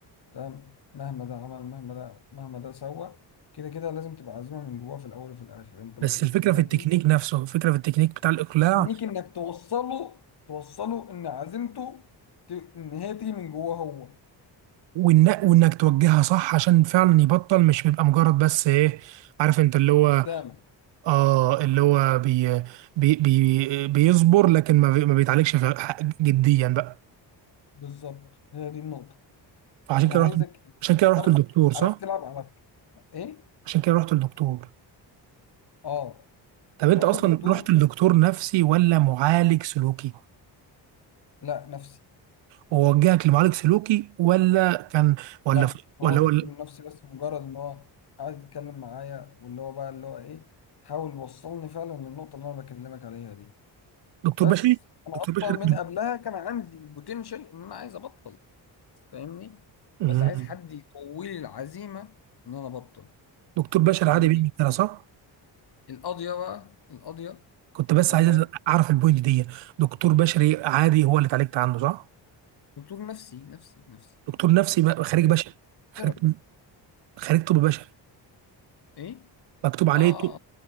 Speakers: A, on the left; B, on the right.
A: تمام مهما ده عمل مهما ده مهما ده سوى كده كده لازم تبقى عزيمه من جواه في الاول وفي الاخر انت لو
B: بس
A: فضلت
B: الفكره
A: تهاتي
B: في التكنيك نفسه الفكره في التكنيك بتاع الاقلاع
A: تكنيك انك توصله توصله ان عزيمته ت... ان هي تيجي من جواه هو
B: وإن... وانك توجهها صح عشان فعلا يبطل مش بيبقى مجرد بس ايه عارف انت اللي هو
A: قدامك
B: اه اللي هو بي... بي... بي... بيصبر لكن ما, بي... ما بيتعالجش في... ح- جديا بقى
A: بالظبط هي دي النقطه
B: فعشان
A: انا
B: كده
A: عايزك
B: رحت عشان كده رحت
A: عارف
B: للدكتور صح
A: عارف تلعب على ايه
B: عشان كده رحت للدكتور
A: اه
B: طب انت
A: رحت
B: اصلا
A: الدكتور
B: رحت للدكتور نفسي ولا معالج سلوكي
A: لا نفسي
B: ووجهك لمعالج سلوكي ولا كان ولا
A: لا هو
B: ولا
A: الدكتور
B: ولا
A: النفسي بس مجرد ان هو عايز يتكلم معايا واللي هو بقى اللي هو ايه حاول يوصلني فعلا للنقطة اللي انا بكلمك عليها دي
B: دكتور
A: بس
B: بشري
A: انا
B: دكتور بشري
A: اصلا من قبلها كان عندي البوتنشال ان انا عايز ابطل فاهمني
B: مم.
A: بس عايز حد يقوي لي العزيمة ان انا ابطل
B: دكتور بشري
A: فاهمني
B: عادي بيعمل كده صح؟
A: القاضية بقى القاضية
B: كنت بس
A: القاضية
B: عايز اعرف البوينت دي دكتور بشري عادي هو اللي اتعالجت عنه صح؟
A: دكتور نفسي نفسي نفسي
B: دكتور نفسي ب- خريج
A: ثيرابيست
B: بشري خريج
A: ثيرابيست.
B: خريج طب بشري
A: ايه
B: مكتوب عليه
A: اه آه،
B: ط-
A: آه،